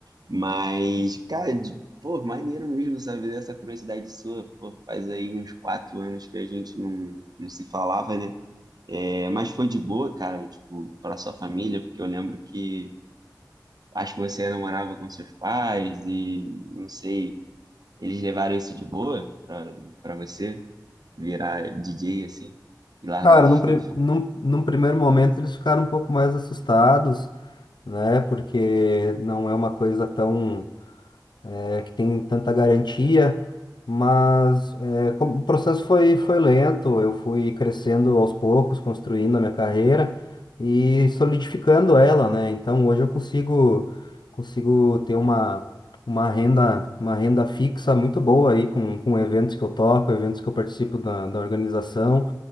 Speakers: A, on the right; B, on the left.
A: Mas, cara, de- pô, maneiro mesmo, sabe? Dessa curiosidade sua. Pô, faz aí uns quatro anos que a gente não, não se falava, né? É, mas foi de boa, cara, tipo, para sua família, porque eu lembro que acho que você não morava com seus pais e não sei, eles levaram isso de boa pra para você virar DJ assim e largar
B: Cara,
A: os estudos?
B: num, pri- num, num primeiro momento eles ficaram um pouco mais assustados, né? Porque não é uma coisa tão é, que tem tanta garantia, mas é, como o processo foi, foi lento, eu fui crescendo aos poucos, construindo a minha carreira e solidificando ela, né? Então hoje eu consigo, consigo ter uma, uma renda, uma renda fixa muito boa aí com, com eventos que eu toco, eventos que eu participo da, da organização